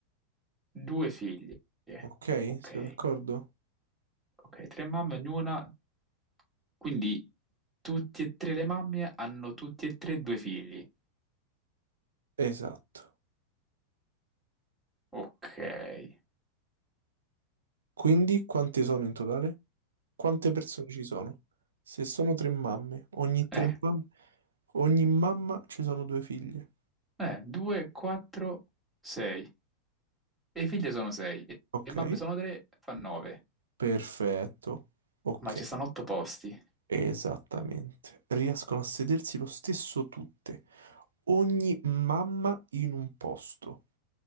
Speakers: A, in the centre; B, on the right.
A: Due figlie.
B: Ok?
A: Ok,
B: Siete d'accordo?
A: ok, tre mamme ognuna. Quindi tutti e tre le mamme hanno tutti e tre due figli.
B: Esatto.
A: Ok. Eh,
B: Quindi quante sono in totale? Quante persone ci sono? Se sono tre mamme, ogni tre
A: eh,
B: mamme, ogni mamma ci sono due figlie.
A: eh, due, quattro, sei. E le figlie sono sei. E
B: Ok?
A: le mamme sono tre, fa nove.
B: Perfetto. Ok.
A: Ma ci stanno otto posti.
B: Esattamente. Riescono a sedersi lo stesso tutte. Ogni mamma in un posto.